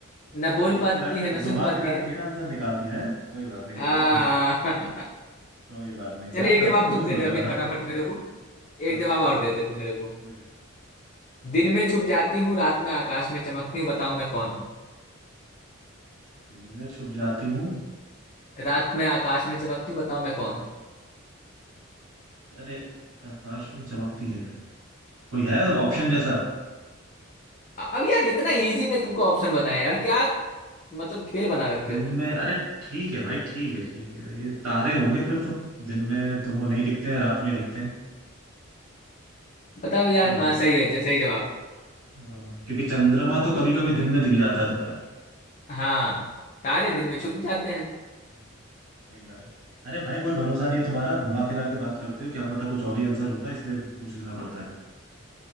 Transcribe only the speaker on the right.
घुमा
फिरा के
घुमा
फिरा
के मेरा आंसर निकाल दिया है कोई बात नहीं
कोई बात नहीं
कोई बात नहीं
मैं
तब
से
वही
सोच
रहा
था
<laughs> हाँ
बता
हम्म,
दिन में छुप जाती हूँ
अरे आकाश में चमकती है कोई है ऑप्शन जैसा
दिन
में अरे ठीक है भाई ठीक है ठीक है ये तारे होंगे फिर तो दिन में तो वो नहीं दिखते हैं रात में दिखते हैं
क्या बोलते
हो
हाँ, क्योंकि चंद्रमा तो कभी कभी दिन में दिख जाता है दोपहर में
हम्म, सही जा रहे हो अरे भाई कोई भरोसा नहीं है तुम्हारा घुमा फिरा के बात करते हो क्या पता कुछ और ही आंसर होता है इसलिए पूछ लेना पड़ता है